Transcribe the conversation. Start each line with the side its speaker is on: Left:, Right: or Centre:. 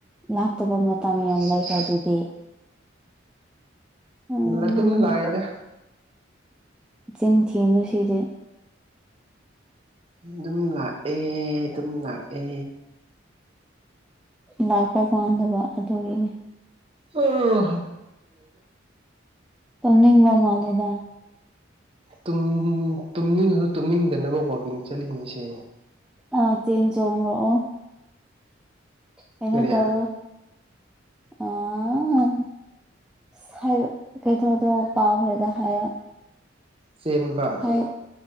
Centre: ꯂꯥꯛꯇꯕ ꯃꯇꯝ ꯌꯥꯝ ꯂꯩꯗ ꯑꯗꯨꯗꯤ ꯎꯝ
Right: ꯑꯗꯨꯝ ꯂꯥꯛꯏꯗ
Centre: ꯆꯤꯟ ꯊꯤꯅꯨ ꯁꯤꯗꯤ
Right: ꯗꯨꯝ ꯂꯥꯛꯑꯦ ꯗꯨꯝ ꯂꯥꯛꯑꯦ
Centre: ꯂꯥꯛꯄ ꯄꯥꯟꯗꯕ ꯑꯗꯨꯒꯤꯅꯤ
Right: ꯍꯣ
Centre: ꯇꯨꯝꯅꯤꯡꯕ ꯃꯥꯜꯂꯦꯗ
Right: ꯇꯨꯝ ꯇꯨꯝꯅꯤꯡꯉꯁꯨ ꯇꯨꯝꯅꯤꯡꯗꯅꯕ ꯋꯥꯛꯀꯤꯡ ꯆꯠꯂꯤꯅꯦ ꯁꯦ
Centre: ꯑꯥ ꯆꯦꯟ ꯆꯣꯡꯉꯛꯑꯣ ꯀꯩꯅꯣ
Right: ꯀꯔꯤ
Centre: ꯇꯧꯔꯣ ꯑ ꯍꯥ ꯁꯥꯏꯔꯨ ꯀꯩꯅꯣꯗꯣ ꯀꯥꯎꯈ꯭ꯔꯦꯗ ꯍꯥꯏꯌ
Right: ꯆꯦꯟꯕ
Centre: ꯑꯩ